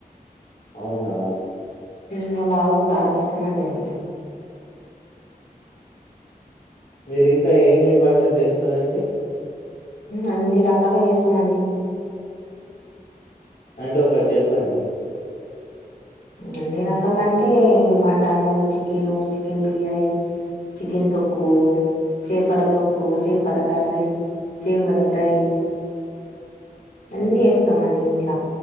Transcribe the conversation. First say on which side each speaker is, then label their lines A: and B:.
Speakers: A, on the left (about 70°); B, on the left (about 85°).
A: అవునా
B: మా బాబాకు బాగా ఇష్టం అండి అవి
A: మీరింకా ఏమేమి వంటలు చేస్తారంండి
B: అన్ని రకాలుగా చేస్తామ అన్నీ
A: అంటే ఒకటి చెప్పండి
B: అన్ని రకాల అంటే mutton chicken chicken biryani chicken తొక్కు చేపల తొక్కు చేపల కర్రీ చేపల ఫ్రై
A: హ్మ్.
B: అన్నీ చేస్తామండి ఇంట్లో